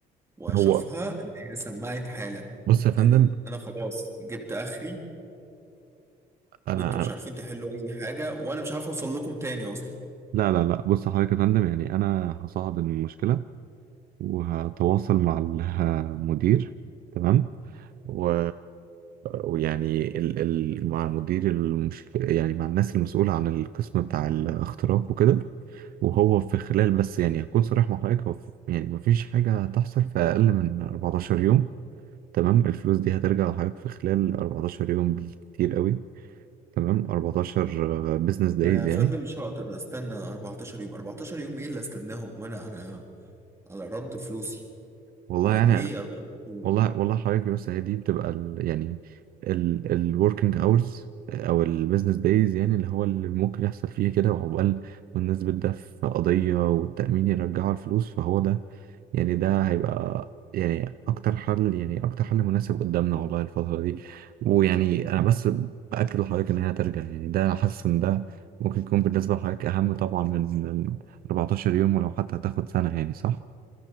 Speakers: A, on the right (about 15°); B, on the right (about 60°).
A: واشوفها
B: هو
A: ان هي سمعت حالا
B: بص يا فندم
A: لان انا خلاص جبت اخري
B: أنا
A: وانتوا مش
B: أنا-
A: عارفين تحلوا اي حاجه وانا مش عارف اوصل لكم تاني اصلا
B: لا لا لا بص حضرتك يا فندم يعني أنا هصعد المشكلة وهتواصل مع المدير تمام و... ويعني ال... ال... مع المدير المش... يعني مع الناس المسؤولة عن القسم بتاع الاختراق وكده وهو في خلال بس يعني هكون صريح مع حضرتك هو في... يعني مفيش حاجة هتحصل في أقل من 14 يوم تمام الفلوس دي هترجع لحضرتك في خلال 14 يوم بالكتير قوي تمام 14 بزنس دايز
A: انا يا فندم
B: يعني
A: مش هقدر استنى 14 يوم 14 يوم ايه اللي استناهم وانا على على رد فلوسي
B: والله
A: يعني
B: يعني
A: ايه 14 يوم
B: والله والله حضرتك بس هي دي بتبقى ال يعني ال الوركينج اورز او البيزنس دايز يعني اللي هو اللي ممكن يحصل فيه كده وعقبال ما الناس بتدافع في قضية والتأمين يرجعوا الفلوس فهو ده يعني ده هيبقى يعني اكتر حل يعني اكتر حل مناسب قدامنا والله الفترة دي ويعني انا بس بأكد لحضرتك ان هي هترجع يعني ده حاسس ان ده ممكن يكون بالنسبة لحضرتك اهم طبعا من من 14 يوم ولو حتى هتاخد سنة يعني صح